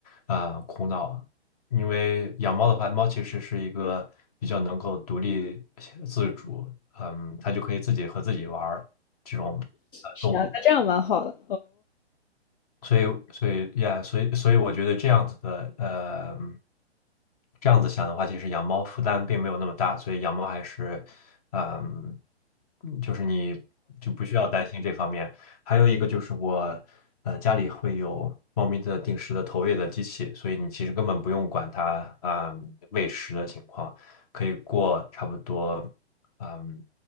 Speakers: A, on the left (about 35°); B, on the left (about 50°).
A: 呃苦恼，因为养猫的话，猫其实是一个比较能够独立自主，嗯，它就可以自己和自己玩儿这种呃动物。
B: 是啊，那这样蛮好的。
A: 所以，所以呀，所以，所以我觉得这样子的，呃，这样子想的话，其实养猫负担并没有那么大，所以养猫还是，嗯，嗯就是你就不需要担心这方面。还有一个就是我，呃，家里会有猫咪的定时的投喂的机器，所以你其实根本不用管它啊，喂食的情况，可以过差不多，嗯，